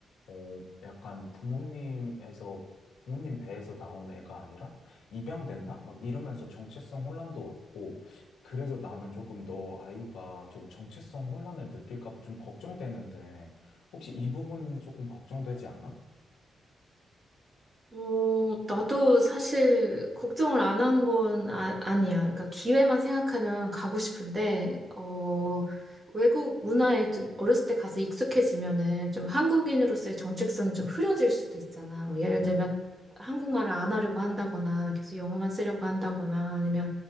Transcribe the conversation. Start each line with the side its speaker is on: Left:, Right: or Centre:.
Left: 어, 약간 부모님에서, 부모님 배에서 나온 애가 아니라 입양됐나? 막 이러면서 정체성 혼란도 왔고, 그래서 나는 조금 너 아이가 좀 정체성 혼란을 느낄까 봐 좀 걱정되는데, 혹시 이 부분 조금 걱정되지 않아?
Right: 어, 나도 사실 걱정을 안 한 건 아, 아니야. 그러니까 기회만 생각하면 가고 싶은데, 어, 외국 문화에 좀 어렸을 때 가서 익숙해지면은 좀 한국인으로서의 정체성이 좀 흐려질 수도 있잖아. 뭐 예를 들면 한국말을 안 하려고 한다거나 계속 영어만 쓰려고 한다거나 아니면